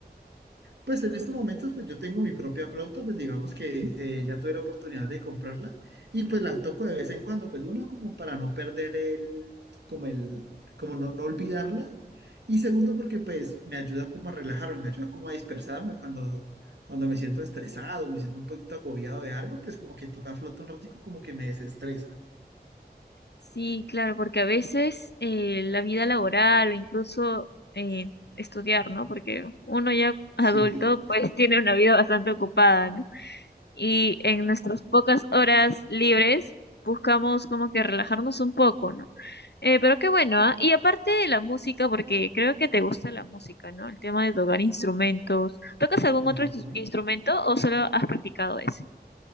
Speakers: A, on the right (about 85°); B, on the left (about 80°).
A: Pues en estos momentos, pues yo tengo mi propia flauta, pues digamos que eh, ya tuve la oportunidad de comprarla y pues la toco de vez en cuando, pues uno como para no perder el, como el, como no, no olvidarla y segundo porque pues me ayuda como a relajarme, me ayuda como a dispersarme cuando, cuando me siento estresado, me siento un poquito agobiado de algo, pues como que tocar flauta un ratico como que me desestresa.
B: Sí, claro, porque a veces eh, la vida laboral o incluso eh, estudiar, ¿no? Porque uno ya adulto
A: Sí.
B: pues <laughs> tiene una vida bastante ocupada, ¿no? y en nuestras pocas horas libres buscamos como que relajarnos un poco, ¿no? Eh, pero qué bueno, ¿ah? Y aparte de la música, porque creo que te gusta la música, ¿no? El tema de tocar instrumentos. ¿Tocas algún
A: ujú.
B: otro ins- instrumento o solo has practicado ese?